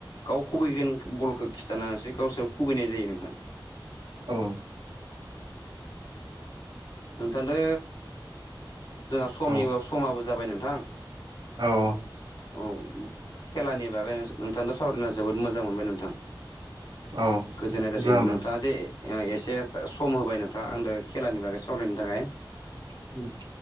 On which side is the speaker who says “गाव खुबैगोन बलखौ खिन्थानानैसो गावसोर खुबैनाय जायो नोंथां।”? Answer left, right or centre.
Left